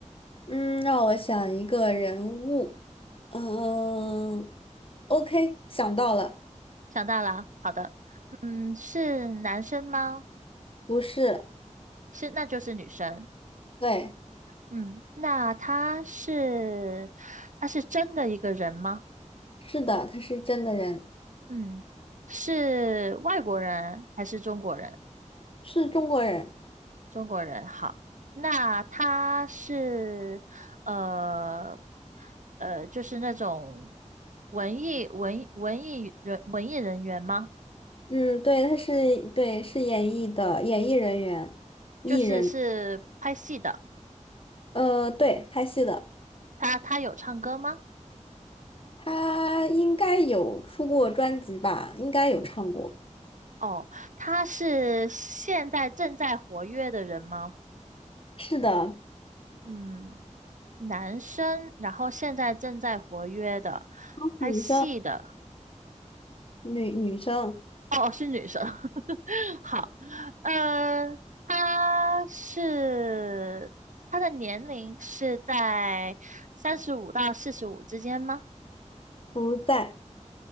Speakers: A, on the left; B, on the right.
A: 嗯，让我想一个人物。嗯，OK，想到了，
B: 想到了，好的。嗯，是男生吗？
A: 不是，
B: 是，那就是女生。
A: 对，
B: 嗯，那他是他是真的一个人吗？
A: 是的，他是真的人，
B: 嗯，是外国人还是中国人？
A: 是中国人。
B: 中国人好，那他是呃呃，就是那种文艺文文艺人文艺人员吗？
A: 嗯，对，他是对，是演艺的演艺人员，艺人。
B: 就是是拍戏的，
A: 呃，对，拍戏的，
B: 他他有唱歌吗？
A: 他应该有出过专辑吧？应该有唱过。
B: 哦，他是现在正在活跃的人吗？
A: 是的，
B: 嗯，男生，然后现在正在活跃的，拍戏的。
A: 女生，女女生
B: 哦，哦是女生。<laughs> 好，呃，她是她的年龄是在三十五到四十五之间吗？
A: 不在，